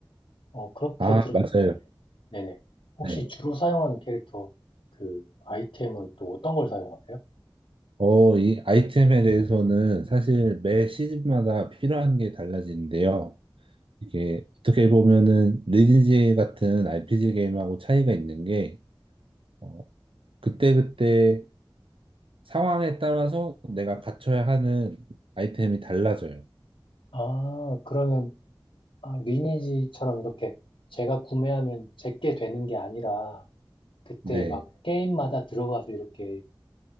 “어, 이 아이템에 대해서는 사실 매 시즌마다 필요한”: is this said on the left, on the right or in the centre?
Right